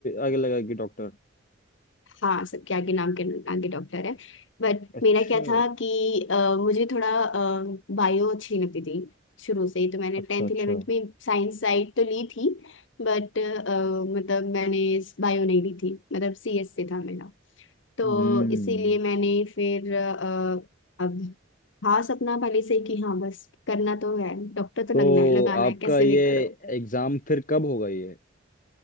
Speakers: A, on the left; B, on the left.
A: आगे लगा कि डॉक्टर
B: हाँ सबके आगे नाम के आगे डॉक्टर है बट
A: अच्छा
B: मेरा क्या था कि अ, मुझे थोड़ा बायो अच्छी लगती थी शुरू से ही तो मैंने
A: अच्छा
B: टेंथ
A: अच्छा
B: इलेवेंथ में साइंस साइड तो ली थी बट मतलब मैंने बायो नहीं ली थी मतलब सीएस से था मेरा तो
A: हम्म
B: इसीलिए मैंने फिर अ, अब हाँ सपना पहले से ही कि हाँ बस करना तो है डॉक्टर तो
A: तो
B: लगना है लगाना
A: आपका
B: है कैसे
A: ये
B: भी करो
A: एग्जाम फिर कब होगा ये